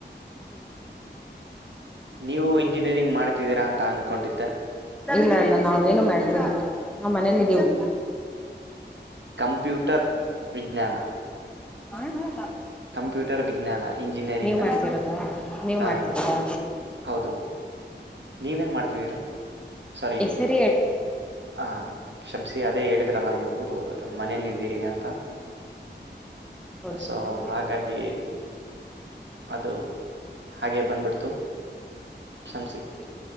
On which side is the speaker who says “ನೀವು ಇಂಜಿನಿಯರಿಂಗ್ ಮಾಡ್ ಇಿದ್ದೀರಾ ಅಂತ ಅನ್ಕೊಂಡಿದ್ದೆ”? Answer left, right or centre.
Right